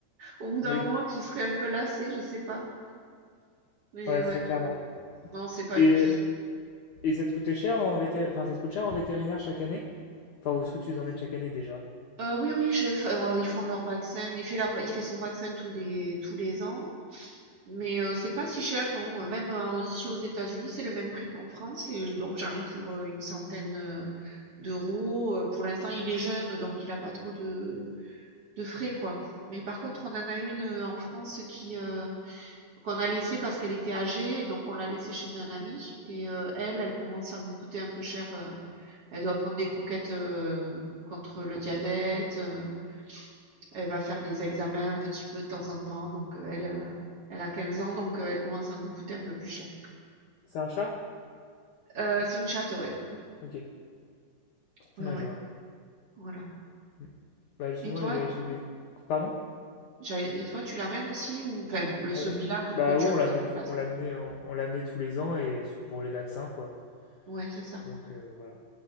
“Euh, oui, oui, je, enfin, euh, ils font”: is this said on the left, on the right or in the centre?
Right